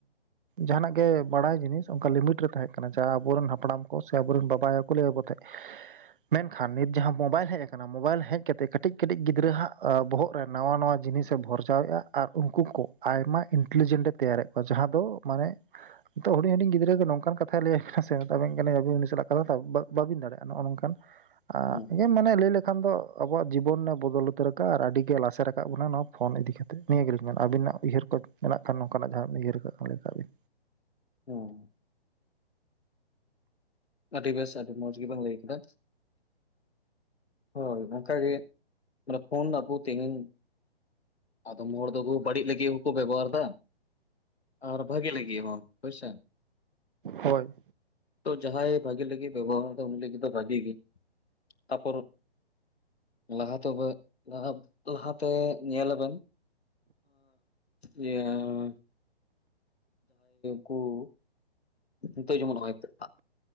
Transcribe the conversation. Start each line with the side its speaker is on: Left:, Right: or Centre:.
Right: ᱡᱟᱦᱟᱸᱱᱟᱜ ᱜᱮ ᱵᱟᱲᱟᱭ ᱡᱤᱱᱤᱥ ᱚᱱᱠᱟ ᱞᱤᱢᱤᱴ ᱨᱮ ᱛᱟᱦᱮᱸ ᱠᱟᱱᱟ ᱡᱟᱦᱟᱸ ᱟᱵᱚᱨᱮᱱ ᱦᱟᱯᱲᱟᱢ ᱠᱚ ᱥᱮ ᱟᱵᱚᱨᱮᱱ ᱵᱟᱵᱟᱭᱠᱚ ᱞᱟᱹᱭ ᱠᱚ ᱛᱟᱦᱮᱸᱫ <unintelligible> ᱢᱮᱱᱠᱷᱟᱱ ᱱᱤᱛ ᱡᱟᱦᱟᱸ ᱢᱳᱚᱵᱟᱭᱤᱞ ᱦᱮᱡ ᱟᱠᱟᱱᱟ ᱢᱳᱚᱵᱟᱭᱤᱞ ᱦᱮᱡ ᱠᱟᱛᱮᱜ ᱠᱟᱹᱴᱤᱡ ᱠᱟᱹᱴᱤᱡ ᱜᱤᱫᱽᱨᱟᱹ ᱦᱟᱸᱜ ᱵᱚᱦᱚᱜ ᱨᱮ ᱱᱟᱣᱟ ᱱᱟᱣᱟ ᱡᱤᱱᱤᱥ ᱥᱮ ᱵᱷᱚᱨᱡᱟᱣᱮᱫᱼᱟ ᱟᱨ ᱩᱱᱠᱩ ᱠᱚ ᱟᱭᱢᱟ ᱤᱱᱴᱮᱞᱤᱡᱮᱱᱴ ᱮ ᱛᱮᱭᱟᱨᱮᱫ ᱠᱚᱣᱟ ᱡᱟᱦᱟᱸ ᱫᱚ ᱢᱟᱱᱮ ᱱᱤᱛᱚᱜ ᱦᱩᱰᱤᱧ ᱦᱩᱰᱤᱧ ᱜᱤᱫᱽᱨᱟᱹ ᱱᱚᱝᱠᱟᱱ ᱠᱟᱛᱷ ᱞᱟᱹᱭ ᱟᱵᱤᱱᱟᱭ ᱥᱮ ᱢᱮᱛᱟᱵᱮᱱ ᱠᱟᱱᱤᱧ ᱟᱵᱤᱱ ᱩᱱᱤ ᱥᱟᱟᱜ ᱠᱟᱛᱷᱟ ᱵᱟᱟᱹᱵᱤᱱ ᱫᱟᱲᱮᱭᱟᱜ ᱱᱚᱼᱚᱝᱠᱟᱱ
Left: ᱦᱮᱸ
Right: ᱟᱨ ᱢᱟᱱᱮ ᱞᱟᱹᱭ ᱞᱮᱫ ᱠᱷᱟᱱ ᱫᱚ ᱟᱵᱚᱣᱟᱜ ᱡᱤᱵᱚᱱ ᱮ ᱵᱚᱫᱚᱞ ᱩᱛᱟᱹᱨ ᱠᱟᱜ ᱟᱨ ᱟᱹᱰᱤ ᱜᱮ ᱞᱟᱥᱮᱨ ᱠᱟᱫ ᱵᱚᱱᱟ ᱱᱚᱶᱟ ᱯᱷᱳᱱ ᱤᱫᱤ ᱠᱟᱛᱮ ᱱᱤᱭᱟᱹ ᱜᱮᱞᱤᱧ ᱢᱮᱱᱟᱜ ᱟᱵᱤᱱ ᱩᱭᱦᱟᱹᱨ ᱠᱚ ᱢᱮᱱᱟᱜ ᱠᱷᱟᱱ ᱱᱚᱝᱠᱟᱱᱟᱜ ᱡᱟᱦᱟᱸ ᱵᱤᱱ ᱩᱭᱦᱟᱹᱨ ᱠᱷᱟᱜ ᱠᱷᱟᱜ ᱵᱤᱱ
Left: ᱦᱮᱸ ᱟᱹᱰᱤ ᱵᱮᱥ ᱟᱹᱰᱤ ᱢᱚᱸᱡᱽ ᱜᱮᱵᱚᱱ ᱞᱟᱹᱭ ᱠᱮᱫᱟ ᱦᱳᱭ ᱚᱱᱠᱟᱜᱮ ᱢᱟᱱᱮ ᱯᱷᱳᱱ ᱟᱵᱚ ᱛᱤᱱᱤᱝ ᱟᱫᱚᱢ ᱦᱚᱲ ᱫᱚᱠᱚ ᱵᱟᱹᱲᱤᱡ ᱞᱟᱹᱜᱤᱫ ᱜᱮᱠᱚ ᱵᱮᱵᱚᱦᱟᱨᱮᱫᱟ ᱟᱨ ᱵᱷᱟᱜᱤ ᱞᱟᱹᱜᱤᱫ ᱦᱚᱸ ᱦᱳᱭ ᱥᱮ
Right: ᱦᱳᱭ
Left: ᱡᱟᱦᱟᱸᱭᱟᱭ ᱵᱷᱟᱜᱤ ᱞᱟᱹᱜᱤᱫ ᱵᱮᱵᱚᱦᱟᱨᱟ ᱫᱟᱭ ᱩᱱᱤ ᱞᱟᱹᱜᱤᱫ ᱫᱚ ᱵᱷᱟᱜᱤ ᱜᱮ ᱛᱟᱨᱯᱚᱨ ᱞᱟᱦᱟ ᱛᱚᱵᱮ ᱞᱟᱦᱟᱛᱮ ᱧᱮᱞ ᱵᱮᱱ ᱦᱮᱸ ᱠᱩ ᱱᱤᱛᱚᱜ ᱡᱮᱢᱚᱱ ᱦᱚᱭ ᱛᱚ